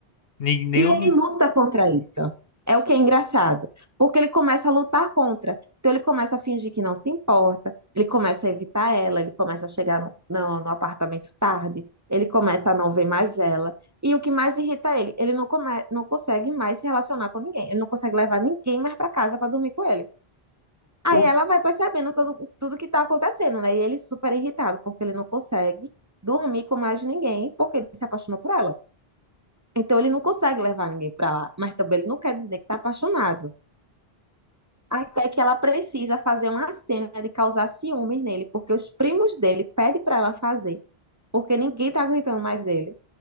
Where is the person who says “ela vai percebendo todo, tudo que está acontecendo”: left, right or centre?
Right